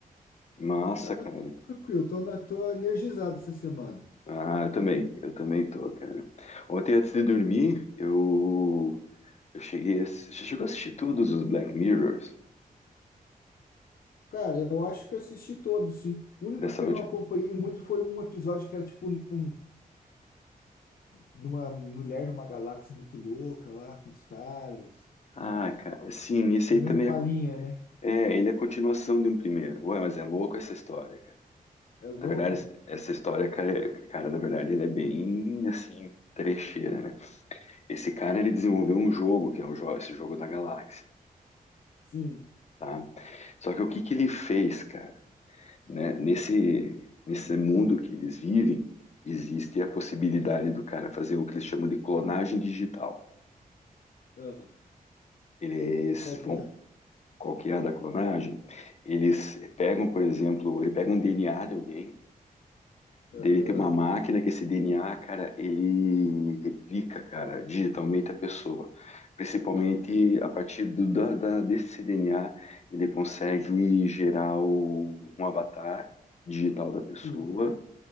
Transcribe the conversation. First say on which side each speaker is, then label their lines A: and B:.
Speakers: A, on the left; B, on the left.
A: massa,
B: Tá ba-
A: cara.
B: tudo tranquilo, tô, na, tô energizado essa semana.
A: Ah, eu também, eu também tô, cara. Ontem antes de dormir, eu Eu cheguei a... Você chegou a assistir todos os Black Mirrors
B: Cara, eu acho que eu assisti todos, sim. O único
A: dessa
B: que
A: última?
B: eu não acompanhei muito foi um episódio que era tipo um. numa mulher numa galáxia muito louca lá, com os caras, com
A: Ah,
B: os...
A: cara, sim, esse
B: É
A: aí
B: meio
A: também
B: palhinha,
A: é,
B: né?
A: é, ele é a continuação de um primeiro. Ué, mas é louco essa história, cara.
B: É louco?
A: Na verdade, esse- essa história, cara, é- cara, na verdade, ele é bem, assim, trecheira, né? Esse cara, ele desenvolveu um jogo, que é o jo- esse jogo da galáxia,
B: Sim.
A: tá? Só que o que que ele fez, cara, né? Nesse, nesse mundo que eles vivem, existe a possibilidade do cara fazer o que eles chamam de clonagem digital.
B: Ah,
A: Eles
B: qual
A: vão
B: que é?
A: qualquer da clonagem, eles pegam, por exemplo, ele pega um DNA de alguém, dele
B: Aham.
A: tem uma máquina que esse DNA, cara, ele replica, cara, digitalmente a pessoa. Principalmente a partir do, da, da- desse DNA, ele consegue gerar o- um avatar digital da pessoa
B: Sim.